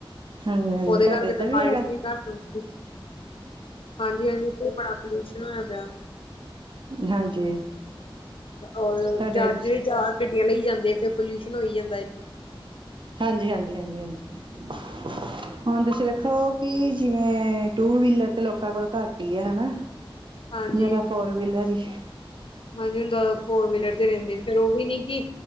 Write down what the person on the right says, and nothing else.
ਹਾਂਜੀ ਹਾਂਜੀ
ਤੁਹਾਡੇ
ਇੱਧਰ
ਹੈਗਾ
ਹਾਂਜੀ
ਤੁਹਾਡੇ
ਹਾਂਜੀ, ਹਾਂਜੀ, ਹਾਂਜੀ, ਹਾਂਜੀ। ਹੁਣ ਤੁਸੀਂ ਵੇਖੋ ਕਿ ਜਿਵੇਂ ਟੂ ਵੀਲਰ ਤੇ ਲੋਕਾਂ ਕੋਲ ਘੱਟ ਹੀ ਆ ਹੈ ਨਾ।
ਮੇਰਾ ਫੋਰ ਵੀਲਰ ਹੀ